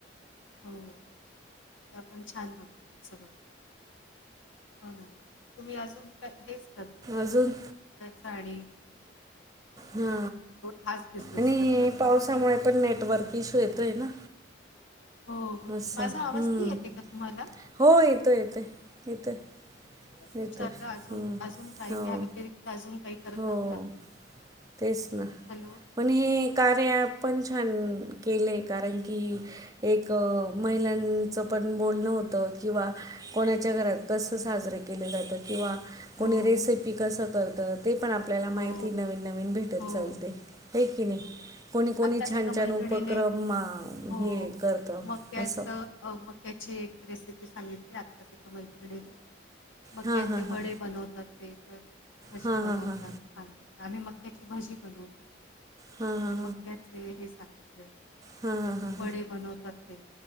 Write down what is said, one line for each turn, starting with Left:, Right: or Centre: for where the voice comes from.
Left: हो ते आपण छान बनवतात सगळं. हो ना तुम्ही अजून का हेच.
Right: अजून.
Left: साडी.
Right: हा
Left: हाच बिझनेस
Right: आणि
Left: करतात
Right: पावसामुळे
Left: का फक्त?
Right: पण नेटवर्क इश्यू येतो आहे ना.
Left: हो, बरोबर.
Right: अस
Left: माझा
Right: हम्म
Left: आवाज नाही येत आहे का तुम्हाला?
Right: हो येतोय, येतोय, येतोय. येतोय
Left: विचारल अजून,
Right: हं.
Left: अजून काही
Right: हो.
Left: घ्या व्यतिरिक्त अजून काही. करतात
Right: हो
Left: का
Right: तेच ना.
Left: हॅलो
Right: पन हे कार्या ऍप पन छान केलंय कारण की? एक महिलांचं पण बोलणं होतं किंवा. कोणाच्या घरात कसं साजरे केले जातं, किंवा
Left: हो
Right: कोणी रेसिपी कसं करत ते पण आपल्याला माहिती
Left: हो
Right: नवीन नवीन भेटत
Left: हो
Right: चालते
Left: हो
Right: हे की नाही.
Left: हो
Right: कोणी कोणी,
Left: आत्ताच
Right: छान
Left: एका मैत्रिणीने
Right: छान उपक्रम
Left: हो
Right: हे करतं
Left: मक्याचं
Right: असं.
Left: अ मक्याची एक रेसिपी सांगितली, आत्ताच एका मैत्रिणीने. मक्याचे
Right: हां हां
Left: वडे
Right: हां
Left: बनवतात ते तर कसे
Right: हां
Left: बनवतात?
Right: हां हां
Left: आ आम्ही मक्याची भजी बनवतो,
Right: हां
Left: तेबी
Right: हां हां
Left: मक्याचे हे सांगितलं
Right: हां हां हां
Left: वडे बनवतात ते